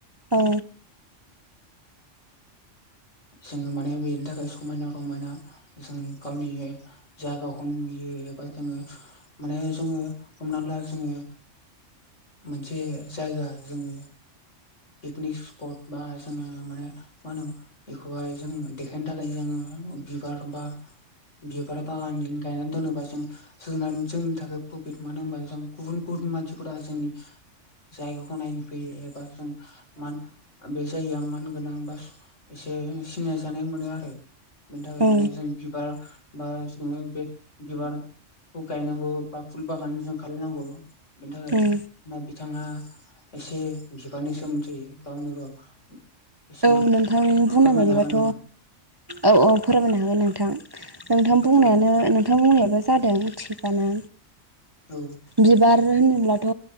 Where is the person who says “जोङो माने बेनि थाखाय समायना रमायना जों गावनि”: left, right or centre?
Left